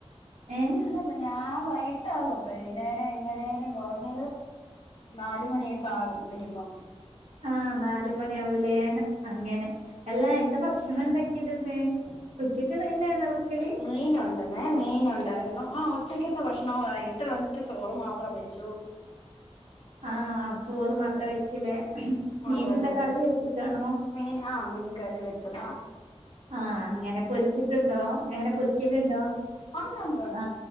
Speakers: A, on the right; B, on the left.
A: ഏഹ്
B: ഇല്ല ഇപ്പ ഞാൻ വൈട്ടാവും വൈന്നേരം എങ്ങനേലും കുറഞ്ഞത് നാല മണിയൊക്കെ ആകും വരുമ്പോ
A: ആഹ നാല് മണി ആവൂലേ അങ്ങനെ എല്ലാ എന്താ ഭക്ഷണം ഇണ്ടാക്കിയത് ഇന്ന് ഉച്ചയ്ക്ക് ഇതെന്നാണ വക്കല്
B: മീന ഉണ്ടെന്നേ മീന് ഉണ്ടായിരുന്നു ആ ഉച്ചക്കത്തെ ഭക്ഷണാ വൈകീട്ട് വന്നിട്ട് ചോറ് മാത്രം വെച്ചു
A: ആഹ ചോറ് മാത്രം വെച്ചില്ലേ മീൻ
B: അതെ
A: എന്താ
B: അതെ അതെ
A: കറി വെച്ചിക്കാണോ
B: മീൻ ആഹ മീൻ കറി വെച്ചതാ
A: ആഹ അങ്ങനെ പൊരിച്ചിട്ടുണ്ടോ എങ്ങനെ പൊരിക്കലുണ്ടോ
B: അന്ന് എൻ
A: ആ